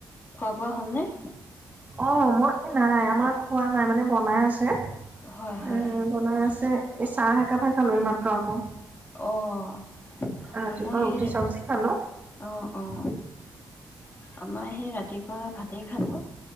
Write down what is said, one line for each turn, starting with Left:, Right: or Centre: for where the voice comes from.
Left: খোৱা বোৱা হ'লনে
Right: অ', মই এ নাই আমাৰ খোৱা নাই, মানে বনাই আছে।
Left: হয়, হয়,
Right: এ বনাই আছে এই চাহ একাপাৰ ালৈ মাত্ৰ আকৌ
Left: অ',
Right: ৰাতিপুৱা
Left: মই সেই,
Right: ৰুটি চব্জি খালো
Left: অ', অ', আমাৰ সেই ৰাতি কা ভাতেই খালোঁ